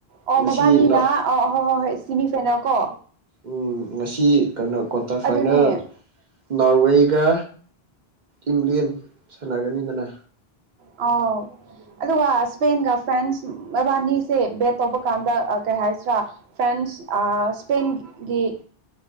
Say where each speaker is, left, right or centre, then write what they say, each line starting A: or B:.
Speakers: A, on the right (about 85°); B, on the right (about 50°).
A: ꯑꯣ
B: ꯉꯁꯤꯅꯣ
A: ꯃꯕꯥꯅꯤꯅ ꯑꯣ ꯍꯣ ꯍꯣ ꯍꯣꯏ ꯁꯤꯃꯤ ꯐꯥꯢꯅꯦꯜ ꯀꯣ
B: ꯎꯝ ꯉꯁꯤ ꯀꯥꯅꯣ ꯀ꯭ꯋꯥꯇꯔ ꯐꯥꯏꯅꯦꯜ
A: ꯑꯗꯨꯅꯦ
B: ꯅꯣꯔꯋꯦꯒ ꯏꯪꯂꯦꯟ ꯁꯥꯟꯅꯒꯅꯤꯗꯅ
A: ꯑꯥꯎ ꯑꯗꯨꯒ ꯏꯁꯄꯦꯟꯒ ꯐ꯭ꯔꯦꯟꯁ ꯃꯕꯥꯅꯤꯁꯦ ꯕꯦꯠ ꯇꯧꯕ ꯀꯥꯟꯗ ꯑ ꯀꯩ ꯍꯥꯏꯁꯤꯔꯥ ꯐ꯭ꯔꯥꯟꯁ ꯑꯥ ꯏꯁꯄꯦꯟ ꯒꯤ